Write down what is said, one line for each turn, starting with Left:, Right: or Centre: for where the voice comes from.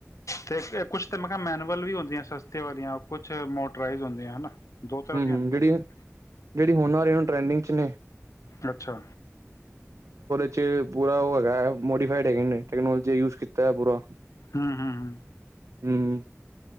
Left: ਤੇ ਕੁਛ ਤਾਂ ਮੈਂ ਕਿਹਾ ਮੈਨੂਅਲ ਵੀ ਹੁੰਦੀ ਸਸਤੇ ਵਾਲੀਆਂ ਕੁਛ ਮੋਟਰਾਈਜ਼ ਹੁੰਦੀਆਂ ਹਨਾ। ਦੋ ਤਰ੍ਹਾਂ
Right: ਹੂੰ-ਹੂੰ,
Left: ਦੀਆਂ ਹੁੰਦੀਆਂ
Right: ਜਿਹੜੀ
Left: ਨੇ
Right: ਜਿਹੜੀ ਹੁਨਾਂ ਵਾਲੇ ਹੁਣ ਟਰੈਂਡਿੰਗ ਨੇ,
Left: ਅੱਛਾ,
Right: ਵਿੱਚ ਪੂਰਾ ਉਹ ਹੈਗਾ ਹੈ। ਮੋਡੀਫਾਈਡ ਹੈਗੇ ਨੇ ਟੈਕਨੋਲਜੀ ਯੂਜ, ਤੇ ਪੂਰਾ,
Left: ਹੂੰ-ਹੂੰ-ਹੂੰ,
Right: ਹੂੰ,